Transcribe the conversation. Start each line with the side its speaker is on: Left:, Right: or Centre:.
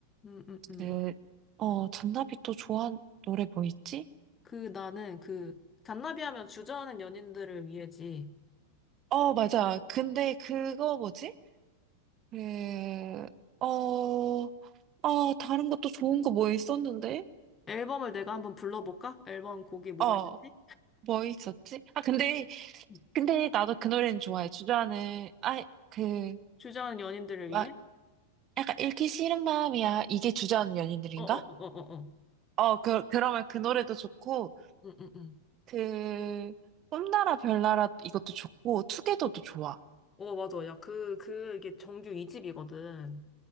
Left: 응, 응, 응.
Right: 그, 어, 잔나비 또 좋아하는 노래 뭐 있지?
Left: 그 나는 그, 잔나비 하면 주저하는 연인들을 위해지.
Right: 어, 맞아. 근데 그거 뭐지? 그, 어, 아, 다른 것도 좋은 거 뭐 있었는데?
Left: 앨범을 내가 한번 불러볼까? 앨범 곡이 뭐가
Right: 어,
Left: 있는지?
Right: 뭐 있었지? 아, 근데,
Left: 음.
Right: 근데 나도 그 노래는 좋아해. 주저하는, 아, 그,
Left: 주저하는 연인들을
Right: 막,
Left: 위해?
Right: 약간 읽기 싫은 마음이야. 이게 주저하는 연인들인가?
Left: 어어어어어어.
Right: 어, 그, 그러면 그 노래도 좋고,
Left: 응응응.
Right: 그, 꿈나라 별나라 이것도 좋고, 투게더도 좋아.
Left: 어, 맞아. 야, 그, 그, 이게 정규 2집이거든.